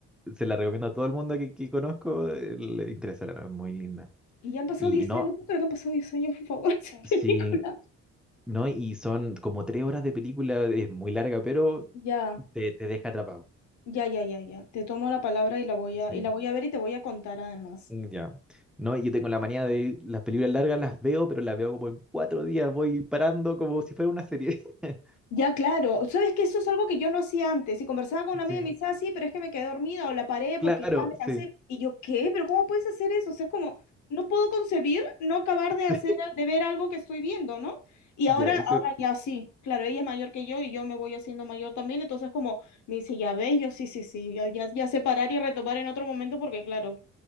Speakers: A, in the centre; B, on the left.
A: se la recomiendo a todo el mundo que, que conozco, eh, le interesa la novela, es muy linda.
B: Y ya han pasado
A: Y
B: 10
A: no,
B: años, no puedo creer que han pasado 10 años, por favor, <laughs> esa
A: sí,
B: película.
A: no, y son como tres horas de película, es muy larga, pero
B: Ya,
A: te, te deja atrapado.
B: ya, ya, ya, ya. Te tomo la palabra y la voy
A: Sí,
B: a, y la voy a ver y te voy a contar además.
A: mm, ya. No, y yo tengo la manía de las películas largas las veo, pero las veo como en cuatro días, voy parando como si fuera una serie. <laughs>
B: Ya, claro. ¿Sabes que Eso es algo que yo no hacía antes. Y conversaba con una amiga
A: Sí,
B: y me decía, "Ah, sí, pero es que me quedé dormida o la paré
A: claro,
B: porque ya me
A: sí.
B: cansé.
A: <laughs>
B: Y yo, ¿qué? ¿Pero cómo puedes hacer eso? O sea, es como, no puedo concebir no acabar de hacer,
A: Sí,
B: de ver algo que estoy viendo, ¿no? Y
A: ya,
B: ahora,
A: eso.
B: ahora ya sí. Claro, ella es mayor que yo y yo me voy haciendo mayor también. Entonces, como, me dice, ya ves, yo sí, sí, sí. Ya, ya, ya sé parar y retomar en otro momento porque, claro,